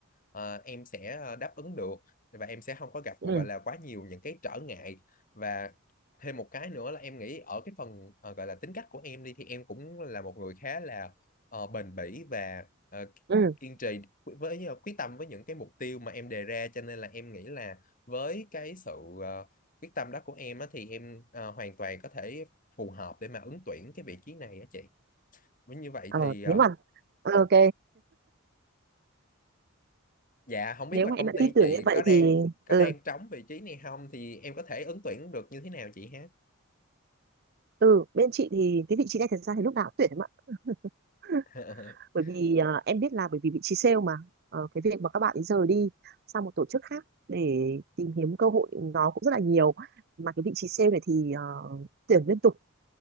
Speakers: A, on the left; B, on the right.
A: ờ, em sẽ ờ, đáp ứng được và em sẽ không có gặp gọi
B: ừ
A: là quá nhiều những cái trở ngại và thêm một cái nữa là em nghĩ ở cái phần ờ, gọi là tính cách của em đi thì em cũng là một người khá là ờ, bền bỉ và ờ,
B: ừ
A: kiên trì với, quyết tâm với những cái mục tiêu mà em đề ra cho nên là em nghĩ là với cái sự ờ, quyết tâm đó của em á, thì em ờ, hoàn toàn có thể phù hợp để mà ứng tuyển cái vị trí này á chị với như vậy
B: ờ
A: thì ờ,
B: nếu mà ờ, ok
A: dạ không biết
B: nếu
A: là
B: mà
A: công
B: em đã
A: ty
B: tin tưởng
A: chị
B: như vậy
A: có đang
B: thì
A: có
B: ừ
A: đang trống vị trí này không thì em có thể ứng tuyển được như thế nào chị ha
B: ừ bên chị thì cái vị trí này thật ra thì lúc nào cũng tuyển em ạ <laughs>
A: <laughs>
B: bởi vì à, em biết là bởi vì vị trí sale mà Ờ, cái việc mà các bạn ấy rời đi sang một tổ chức khác để tìm kiếm cơ hội nó cũng rất là nhiều mà cái vị trí sale này thì ờ, tuyển liên tục